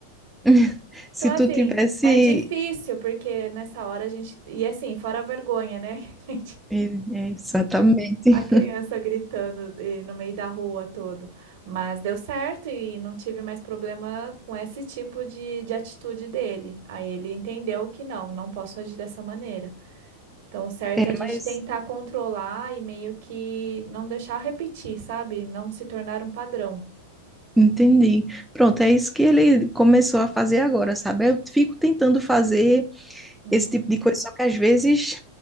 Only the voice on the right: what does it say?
Então,
assim,
é difícil, porque nessa hora a gente. E assim, fora a vergonha, né? <laughs>
A criança gritando e no meio da rua todo. Mas deu certo e não tive mais problema com esse tipo de, de atitude dele. Aí ele entendeu que não, não posso agir dessa maneira. Então, o certo
é a gente
tentar controlar e meio que não deixar repetir, sabe? Não se tornar um padrão.
Uhum.